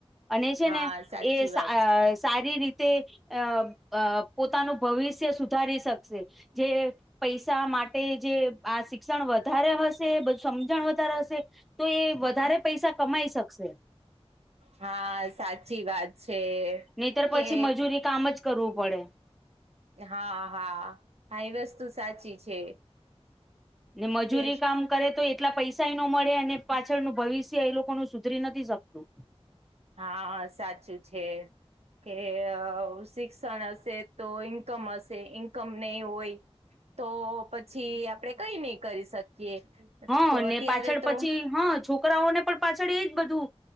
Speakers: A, in the centre; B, on the right.
A: અને છે
B: હા
A: ને
B: સાચી
A: એ સારી
B: વાત
A: રીતે અ પોતાનું ભવિષ્ય સુધારી શકશે જે પૈસા માટે જે આ શિક્ષણ વધારે હશે બ સમજણ વધારે હશે તો એ વધારે પૈસા કમાઈ શકશે.
B: હા સાચી વાત છે.
A: નહીતર પછી
B: કે
A: મજૂરી કામ જ કરવું પડે.
B: હા હા હા એ વસ્તુ સાચી છે.
A: ને મજૂરી
B: કે
A: કામ કરે તો એટલા પૈસા નો મળે અને પાછળનું ભવિષ્ય એ લોકો નું સુધરી નથી શકતું.
B: હા સાચું છે. કે શિક્ષણ હશે તો ઇન્કમ હશે ઈન્કમ નહી હોય. તો પછી આપડે કઈ નઈ કરી શકીએ
A: હા
B: તો અત્યારે
A: પાછળ
B: તો
A: પછી હા છોકરાઓને પણ પાછળ એજ બધું